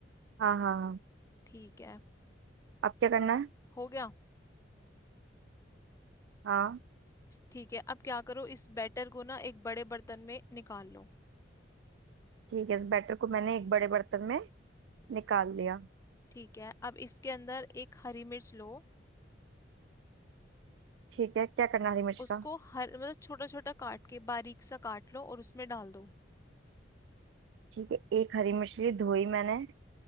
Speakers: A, on the right; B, on the left.
A: हाँ हाँ हाँ
B: ठीक है
A: अब क्या करना है
B: हो गया
A: हाँ
B: ठीक है अब क्या करो इस बैटर को ना एक बड़े बर्तन में निकाल लो
A: ठीक है इस बैटर को मैंने एक बड़े बर्तन में निकाल लिया
B: ठीक है अब इसके अंदर एक हरी मिर्च लो
A: ठीक है क्या करना है हरी मिर्च
B: उसको
A: का
B: हर मतलब छोटा छोटा काट के बारीक सा काट लो और उसमें डाल दो
A: ठीक है एक हरी मिर्च ली धोई मैंने